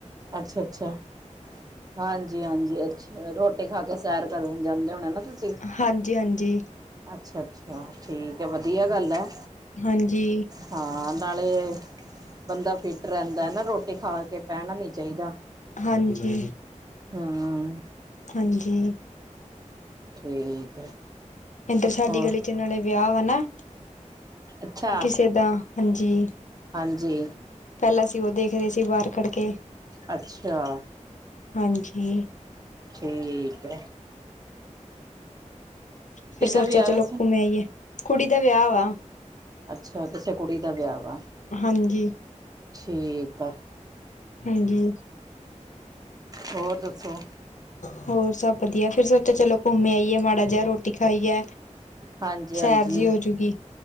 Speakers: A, on the right; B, on the left.
A: ਅੱਛਾ ਅੱਛਾ। ਹਾਂਜੀ ਹਾਂਜੀ, ਅੱਛਾ ਰੋਟੀ ਖਾ ਕੇ ਸੈਰ ਕਰਨ ਜਾਂਦੇ ਹੋਣੇ ਨਾ ਤੁਸੀਂ।
B: ਹਾਂਜੀ ਹਾਂਜੀ
A: ਅੱਛਾ ਅੱਛਾ ਠੀਕ ਆ ਵਧੀਆ ਗੱਲ ਐ।
B: ਹਾਂਜੀ।
A: ਹਾਂ, ਨਾਲੇ ਬੰਦਾ ਫਿਟ ਰਹਿੰਦਾ ਨਾ ਰੋਟੀ ਖਾ ਕੇ ਪੈਣਾ ਨੀ। ਚਾਹੀਦਾ।
B: ਹਾਂਜੀ
A: ਹਮ
B: ਹਾਂਜੀ।
A: ਠੀਕ ਹੈ।
B: ਇੱਧਰ ਸਾਡੀ
A: ਹੋਰ
B: ਗਲੀ ਚ ਨਾਲੇ ਵਿਆਹ ਵਾ ਨਾ
A: ਅੱਛਾ
B: ਕਿਸੇ ਦਾ। ਹਾਂਜੀ।
A: ਹਾਂਜੀ।
B: ਪਹਿਲਾਂ ਸੀ ਉਹ ਦੇਖਦੇਹੇ ਸੀ ਬਾਹਰ ਕਢ ਕੇ
A: ਅੱਛਾ।
B: ਹਾਂਜੀ।
A: ਠੀਕ ਹੈ।
B: ਫਿਰ
A: ਕਿਹਦਾ
B: ਸੋਚਿਆ
A: ਵਿਆਹ
B: ਚਲੋ
A: ਵੈਸੇ
B: ਘੁੰਮੇ ਆਈਏ ਕੁੜੀ ਦਾ ਵਿਆਹ ਵਾ।
A: ਅੱਛਾ ਕਿਸੇ ਕੁੜੀ ਦਾ ਵਿਆਹ ਵਾ।
B: ਹਾਂਜੀ।
A: ਠੀਕ ਆ।
B: ਹਾਂਜੀ।
A: ਹੋਰ ਦੱਸੋ?
B: ਹੋਰ ਸਭ ਵਧੀਆ ਫੇਰ ਸੋਚਿਆ ਚਲੋ ਘੁੰਮੇ ਆਈਏ ਮਾੜਾ ਜਿਹਾ ਰੋਟੀ ਖਾਈਏ।
A: ਹਾਂਜੀ
B: ਸੈਰ
A: ਹਾਂਜੀ।
B: ਜੀ ਹੋਜੂਗੀ